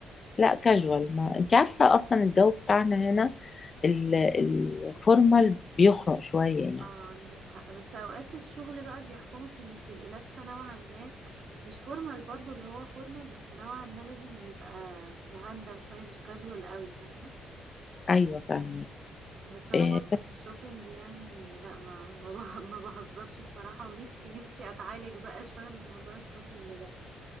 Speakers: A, on the left; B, on the right.
A: لا كاجوال ما انت عارفة اصلا الجو بتاعنا هنا ال- الفورمال بيخنق شوية يعني
B: اه عندك حق بس اوقات الشغل بقى بيحكمك انك تبقي لابسة نوعا ما مش فورمال برضو اللي هو فورمال بس نوعا ما لازم يبقى مهندم شوية مش كاجوال قوي فاهمة
A: ايوه فاهمين
B: بس انا
A: إيه،
B: برضو في الشوبينج يعني لا ما ما به- ما بهزرش بصراحة ونفسي نفسي اتعالج بقى شوية من موضوع الشوبينج ده